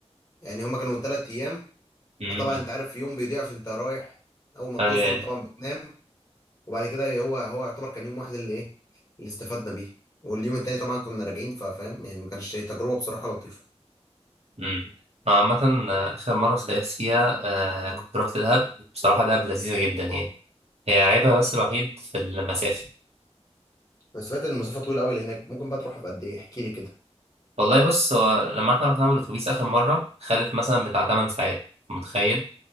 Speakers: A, on the left (about 30°); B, on the right (about 70°).
A: يعني هما كانوا ثلاث ايام
B: امم
A: فطبعا انت عارف يوم بيضيع فانت رايح اول ما بتوصل
B: اي
A: طبعا بتنام وبعد كده هو هو يعتبر كان يوم واحد اللي ايه اللي استفدنا بيه واليوم التاني طبعا كنا راجعين فاهم يعني ما كانش تجربه بصراحه لطيفه
B: امم آه، عامه آه، اخر مره صيفت فيها آه كنت رحت دهب بصراحه دهب لذيذه جدا يعني هي عيبها بس الوحيد في المسافه
A: بس سمعت ان المسافه طويله قوي هناك ممكن بقى تروحها بقد ايه احكي لي كده
B: والله بص هو لما احنا رحنا بالاتوبيس اخر مره خدت مثلا بتاع 8 ساعات متخيل